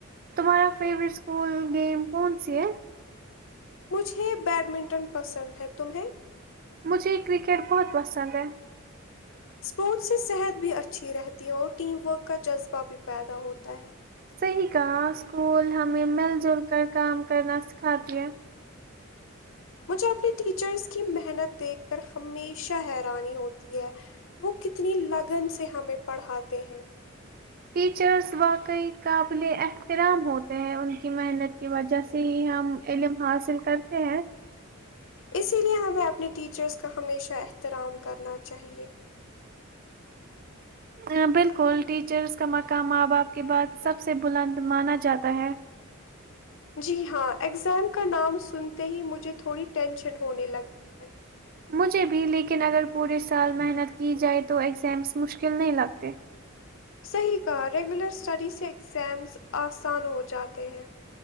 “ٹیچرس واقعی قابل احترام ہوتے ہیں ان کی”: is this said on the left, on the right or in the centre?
Right